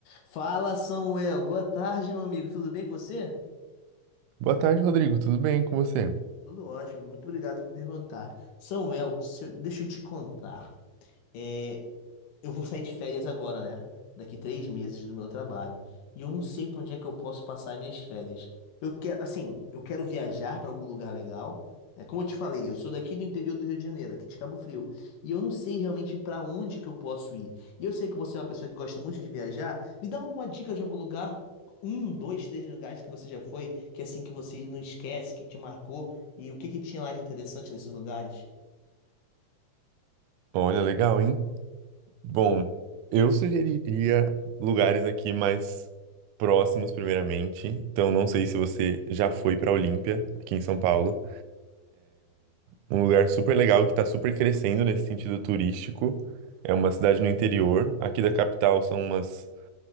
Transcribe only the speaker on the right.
Boa tarde, Rodrigo. Tudo bem com você?
Olha, legal, hein? Bom, eu sugeriria lugares aqui mais próximos, primeiramente. Então, não sei se você já foi para Olímpia, aqui em São Paulo. É Um lugar super legal que está super crescendo nesse sentido turístico. É uma cidade no interior. Aqui da capital são umas